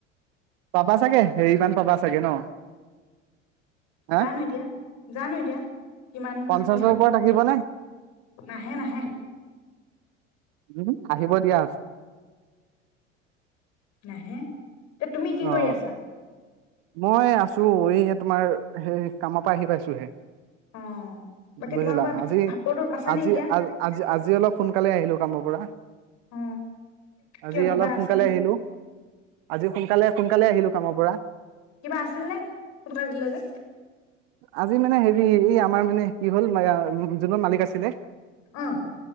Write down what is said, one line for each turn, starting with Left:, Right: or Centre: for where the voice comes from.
Right: পাবা চাগে হেৰিমান পাবা চাগে ন হা
Left: জানো এতিয়া জানো এতিয়া কিমান
Right: পঞ্চাশৰ
Left: কি হয়
Right: ওপৰত আহিব নে
Left: নাহে নাহে
Right: উম আহিব দিয়া
Left: নহে এয়া তুমি কি
Right: অ
Left: কৰি আছা
Right: মই আছো এই তোমাৰ সেই কামৰ পৰা আহি পাইছোহে
Left: অ বাকী
Right: বুজিলা
Left: তোমালোকৰ
Right: আজি
Left: ভাতৰতো আছে
Right: আজি
Left: নে এতিয়া
Right: আ আজি আজি অলপ সোনকালে আহিলো কামৰ পৰা
Left: অ
Right: আজি
Left: কিয় কিবা
Right: অলপ
Left: আছিল
Right: সোনকালে
Left: নেকি
Right: আহিলো আজি সোনকালে সোনকালে আহিলো কামৰ পৰা
Left: কিবা আছিল নে ত দে যে
Right: আজি মানে হেৰি এই আমাৰ মানে কি হ'ল যোন ম মালিক আছিলে
Left: অ